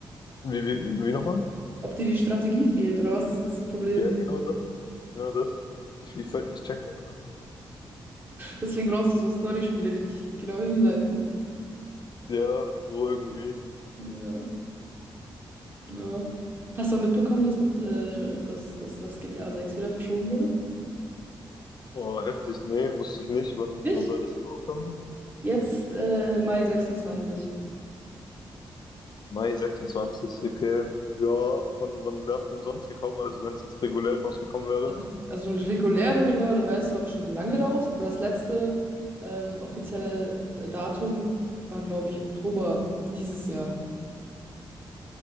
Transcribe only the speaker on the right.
Ob dir die Strategie fehlt oder was ist das Problem?
Deswegen brauchst du so Storyspiele, die dich genau hinleiten.
Ja. Ja. Hast du auch mitbekommen, dass mit äh, dass, dass das GTA sechs wieder verschoben wurde?
Nicht?
Jetzt äh, Mai sechsundzwanzig
Ja, das- Also regulär, regulär, war es so, habe ich schon lange raus, aber das letzte ähm, offizielle äh, Datum war, glaube ich, Oktober dieses Jahr.